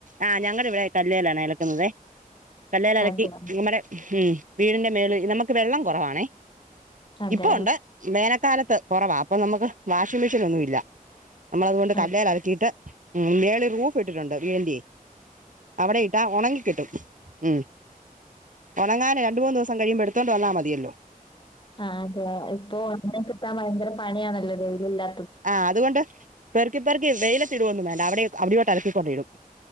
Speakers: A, on the right (about 60°); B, on the left (about 30°).
A: ആഹ് ഞങ്ങള് വ്ടെ കല്ലേലാണെ അലക്കുന്നതെ. കല്ലേലലക്കി
B: അതെ
A: ഞമ്മടെ ഉം വീട്ന്റെ മേള് നമുക്ക് വെള്ളം കൊറവാണെ.
B: അതെ
A: ഇപ്പം ഒണ്ട്. വേനക്കാലത്ത് കൊറവാ. അപ്പം നമക്ക് വാഷിംഗ് മെഷീനൊന്നുല്ല. നമ്മളതുകൊണ്ട്
B: ആഹ്
A: കല്ലേലലക്കിട്ട് മോളില് റൂഫ് ഇട്ടിട്ടുണ്ട്. വി എൻ ഡി യെ അവ്ടെ ഇട്ടാ ഒണങ്ങികിട്ടും. ഉം ഒണങ്ങാന് രണ്ട്, മൂന്ന് ദൂസം കഴിയുമ്പൊ എടുത്തോണ്ട് വന്നാ മതിയല്ലൊ.
B: ആഹ് അതെ. ഇപ്പൊ ഓണങ്ങി കിട്ടാൻ ഭയങ്കര പണിയാണല്ലൊ വെയിലില്ലാ.....
A: ആഹ്. അതുകൊണ്ട് പെർക്കി, പെർക്കി വെയിലത്തിടൊന്നും വേണ്ട. അവ്ടെ അവിടെയോട്ട് അലക്കിക്കൊണ്ടിടും.